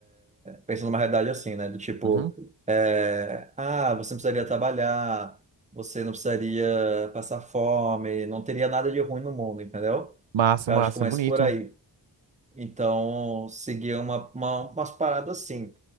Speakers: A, on the right; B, on the right.
A: Pensando numa realidade assim, né? Do tipo,
B: Uhum.
A: é, ah, você não precisaria trabalhar, você não precisaria passar fome, não teria nada de ruim no mundo, entendeu?
B: Massa,
A: Eu
B: massa,
A: acho que é mais
B: bonito.
A: por aí. Então, seguir uma, uma, umas paradas assim.